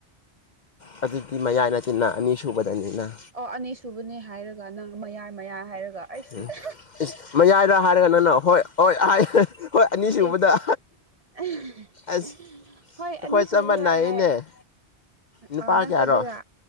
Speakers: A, on the left; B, on the right.
A: ꯑꯗꯨꯗꯤ ꯃꯌꯥꯏ ꯗꯅꯤꯅꯥ ꯅꯥ ꯑꯅꯤ ꯁꯨꯕꯗꯅꯤꯅ
B: ꯑꯣ ꯑꯅꯤꯁꯨꯕꯅꯦ ꯍꯥꯏꯔꯒ ꯅꯪ ꯃꯌꯥꯏ ꯃꯌꯥꯏ ꯍꯥꯏꯔꯒ ꯑꯩꯁ
A: ꯎꯝ ꯏꯁ ꯃꯌꯥꯏꯔꯣ ꯍꯥꯏꯔꯒꯅꯅ ꯍꯣꯏ ꯍꯣꯏ ꯍꯣꯏ ꯑꯅꯤꯁꯨꯕꯗ
B: ꯑꯦꯁ <unintelligible>
A: ꯑꯁ
B: ꯍꯣꯏ
A: ꯑꯩꯈꯣꯏ
B: ꯑꯅꯤꯁꯨꯕꯗ
A: ꯆꯞ ꯃꯥꯟꯅꯩꯅꯦ
B: ꯍꯥꯏ
A: ꯅꯨꯄꯥ
B: ꯑ ꯅꯪꯁꯨ
A: ꯀꯌꯥꯔꯣ
B: ꯑꯗꯨꯔꯥ